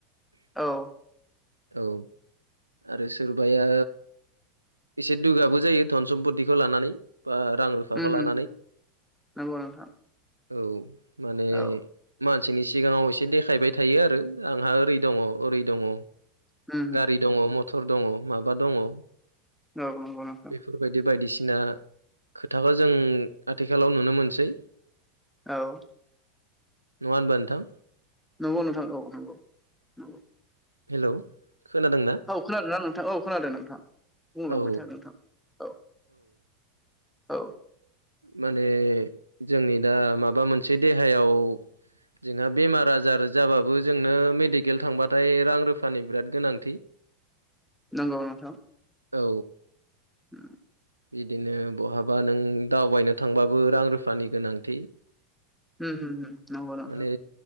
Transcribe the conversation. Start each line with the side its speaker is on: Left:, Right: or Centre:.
Centre: औ
Right: औ आरो सोरबाया। एसे दुगाबो जायो धन सम्पतिखौ लानानै बा रां रुफ बिफाखौ
Centre: उम
Right: लानानै
Centre: नंगौ नोंथां
Right: औ माने
Centre: औ
Right: मानसिनि सिगाङाव एसे देखायबाय थायो आरो आंहा ओरै दङ ओरै दङ।
Centre: उम औ
Right: गारि दङ मथर दङ माबा दङ
Centre: औ नंगौ <unintelligible>
Right: बेफोरबायदि बायदिसिना खोथाखौ जों आथिखालाव नुनो मोनसै
Centre: औ
Right: नङ होनबा नोंथां
Centre: नंगौ नोंथां औ नंगौ नंगौ
Right: हेलौ। खोनादोंना?
Centre: औ खोनादों ना नोंथां औ खोनादों नोंथां बुंलांबाय
Right: औ
Centre: था नोंथां औ। औ
Right: माने जोंनि दा माबा मोनसे देहायाव जोंहा बेमार आजार जाबाबो जोंनो मेडिकेल थांबाथाय रां रुफानि बिराद गोनांथि
Centre: नंगौ नोंथां।
Right: औ।
Centre: <inaudible>
Right: बिदिनो बहाबा नों दावबायनो थांबाबो रां रुफानि गोनांथि
Centre: उम उम नंगौ नोंथां।
Right: माने